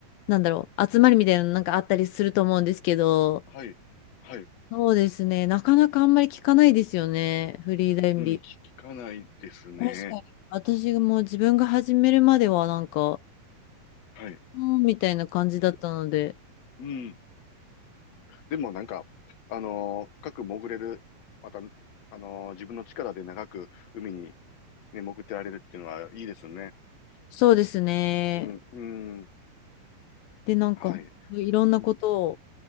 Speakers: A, on the left; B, on the left.
A: なんだろう、集まりみたいなのなんかあったりすると思うんですけど、
B: はい。はい。
A: そうですね、なかなかあんまり聞かないですよね、フリーレンビン
B: うん、聞聞かないですね。
A: グ。確かに。私がもう自分が始めるまではなんか、
B: はい。
A: うんみたいな感じだったので、
B: うん。うん。でもなんか、あのー深く潜れる、また、あのー自分の力で長く海にね、潜ってられるっていうのはいいですね。
A: そうですね。
B: うん、うん。
A: で、なんか、
B: はい。
A: いろんなことを
B: うん。